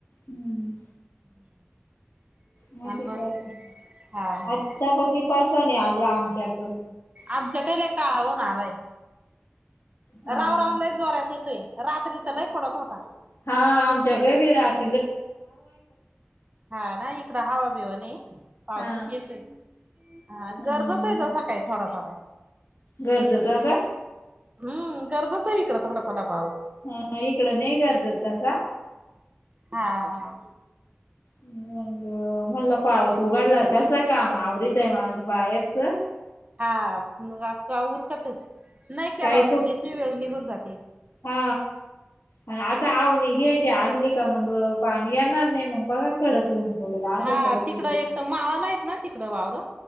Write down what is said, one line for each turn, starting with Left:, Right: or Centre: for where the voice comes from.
Left: हूं.
Right: <inaudible>
Left: मशी
Right: आणि मग
Left: काय,
Right: हा हा
Left: आता पकी पासाने आले आमच्या क.
Right: आमच्या क लयी काळा होऊन आला हे.
Left: हा.
Right: राऊ, राऊ लयी जोऱ्यात येतोय, रात्री त लयी पडत होता.
Left: हा आमच्याक बी रात
Right: हा ना इकड हवाबीवा नाही पाऊसच
Left: हा.
Right: येतोय. ह
Left: हम्म
Right: गरजत आहे तसा काही थोडा, थोडा.
Left: गरज तो का?
Right: हूं गरजतो हे इकंङ थोडा थोडा पाऊस.
Left: ह इकडं नही गरज त आता.
Right: हा हा!
Left: मंग म्हणलं पाऊस उघडलाय कसं काम आवरीतय माझ बाहेरच.
Right: हा मगं अक्का उरकत, नाही
Left: काय
Right: केला
Left: खूप
Right: त त्याची वेळ निघून जाती.
Left: हा आण आता आवनि घे यची असली का मंग पाणी येणार नाही मग बघा. कडक ऊन पडेल असं
Right: हा
Left: करीत
Right: तिकडं एक तर माळाला हेत ना तिकडं वावरं.